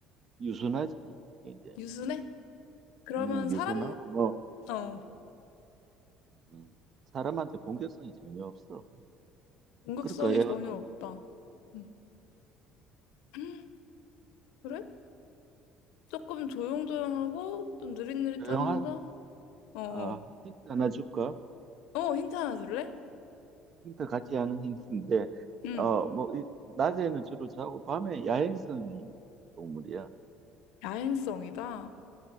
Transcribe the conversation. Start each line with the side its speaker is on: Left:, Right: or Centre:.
Right: 유순하지, 굉장히.
Left: 유순해? 그러면
Right: 음,
Left: 사람,
Right: 유순하고, 뭐,
Left: 어,
Right: 음, 사람한테 공격성이 전혀 없어.
Left: 공격성이
Right: 그러니까 애완동
Left: 전혀 없다. 음. <gasps> <laughs> 그래? 조금 조용조용하고 좀 느릿느릿하면서
Right: 조용하고,
Left: 어, 어,
Right: 아, 힌트 하나 줄까?
Left: 어, 힌트 하나 줄래?
Right: 힌트 같지 않은 힌트인데,
Left: 응,
Right: 어, 뭐, 이- 낮에는 주로 자고, 밤에 야행성이 동물이야.
Left: 야행성이다.